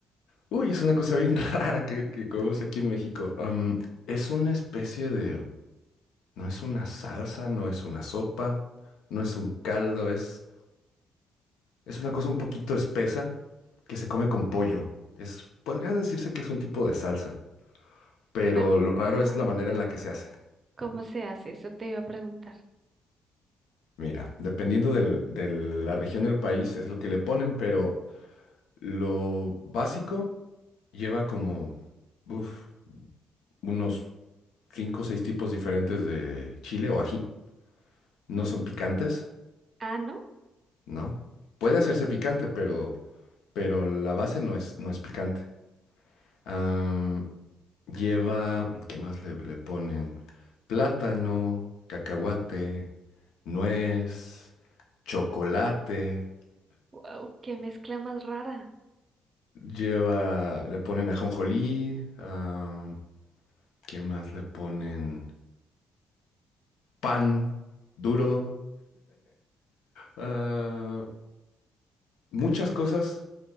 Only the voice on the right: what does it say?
Pero,
ajá,
¿cómo se hace? Eso te iba a preguntar.
Mm.
Ah, ¿no?
Wow, qué mezcla más rara.